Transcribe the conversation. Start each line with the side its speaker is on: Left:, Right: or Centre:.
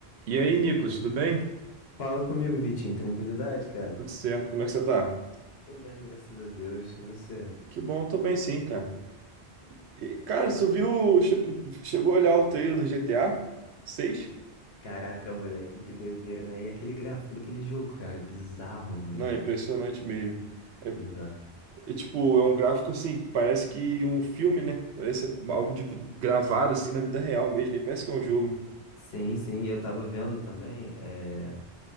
Right: E aí, Nicolas, tudo bem?
Left: Fala comigo, Vitinho. Tranquilidade, cara?
Right: Tudo certo, como é que você tá?
Left: Tô bem, graças a Deus. E você?
Right: Que bom, eu tô bem sim, cara. E, cara,
Left: E-
Right: você viu, che- chegou a olhar o trailer do GTA 6?
Left: Caraca, moleque, que doideira, né? E aquele gráfico daquele jogo, cara? Bizarro, moleque.
Right: Não, é impressionante mesmo. É,
Left: Bizarro.
Right: é tipo, é um gráfico assim, que parece que um filme, né? Parece algo de- gravado assim na vida real mesmo, nem parece que é um jogo.
Left: Sim, sim. Eu tava vendo também é,